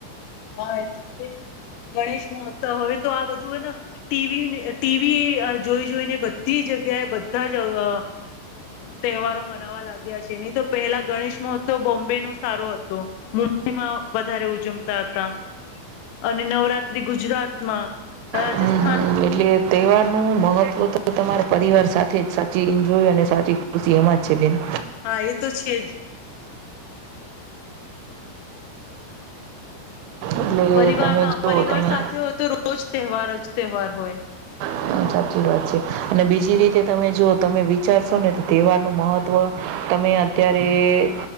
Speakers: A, on the left; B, on the right.
A: હા એટલે કે ગણેશ મહોત્સવ હવે તો આ બધું હેને ટી વી ટી વી અ જોઈ જોઈને બધી જગ્યાએ બધા જ અ તહેવારો મનાવા લાગ્યા છે. નહી તો પહેલા ગણેશ મહોત્સવ બોમ્બેનો સારો હતો મુંબઈમાં વધારે ઉજમ તાતા અને નવરાત્રી ગુજરાતમાં, રાજસ્થ
B: હમ એટલે તહેવારનું મહત્ત્વ તો તમારે પરિવાર સાથે જ સાચી ઈન્જોય અને સાચી ખુશી એમાં જ છે બેન.
A: હા એ તો છે જ.
B: એટલે
A: પરિવાર
B: તમે
A: હા
B: જુઓ
A: પરિવાર
B: તમે
A: સાથે હોય તો રોજ તહેવાર જ તહેવાર હોય.
B: હમ્મ સાચી વાત છે. અને બીજી રીતે તમે જો તમે વિચારશો ને તો તહેવાર નું મહત્વ તમે અત્યારે